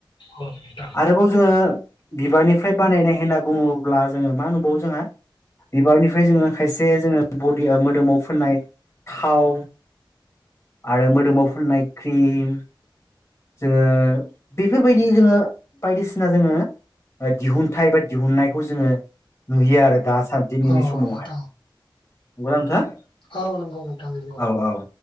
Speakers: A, on the left; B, on the left.
A: औ नोंथां
B: आरोबाव जोङो बिबारनिफ्राय बानायनाय होनना बुङोब्ला जोङो मा नुबावो जोंहा बिबारनिफ्राय जोङो खायसे जोङो बदि मोदोमाव फोननाय थाव आरो मोदोमाव फुननाय क्रिम जोङो बेफोरबायदि जोङो बायदिसिना जोङो दिहुनथाइ बा दिहुननायखौ जोङो नुयो आरो दाम आसा दिनैनि
A: औ
B: समावहाय
A: नोंथां
B: नंगौना नोंथां
A: औ नंगौ नोंथां नंगौ
B: औ औ